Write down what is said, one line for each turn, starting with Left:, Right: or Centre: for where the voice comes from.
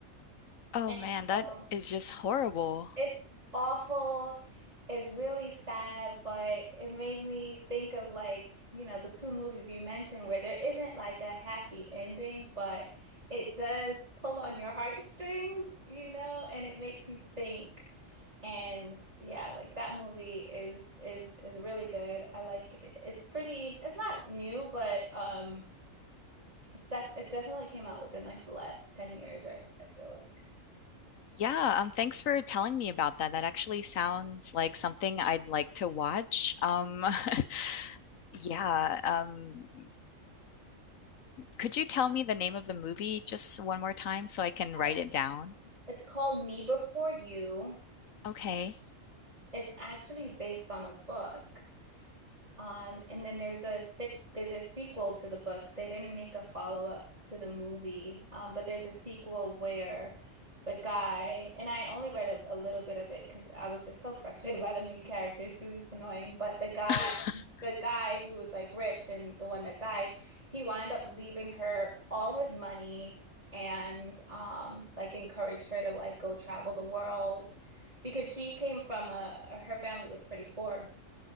Left: Oh
Right: And
Left: man, that
Right: so
Left: is just horrible.
Right: it's awful. It's really sad, but it made me think of like, you know, the two movies you mentioned where there isn't like a happy ending, but it does pull on your heartstrings, you know, and it makes you think. And yeah, like that movie is is is really good. I like it. It's pretty, it's not new, but um it's def it definitely came out within like the last 10 years, I, I feel like.
Left: Yeah, um, thanks for telling me about that. That actually sounds like something I'd like to watch. Um, <laughs> yeah, um, could you tell me the name of the movie just one more time so I can write
Right: Oh,
Left: it down?
Right: It's called Me Before You.
Left: Okay.
Right: It's actually based on a book. Um, and then there's a sick there's a sequel to the book. They didn't make a follow-up to the movie, um, but there's a sequel where the guy and I only read a, a little bit of it because I was just so frustrated by the main character. She was just annoying. But the guy,
Left: <sighs>
Right: the guy who was like rich and the one that died, he wound up leaving her all his money and um, like encouraged her to like go travel the world because she came from a her family was pretty poor.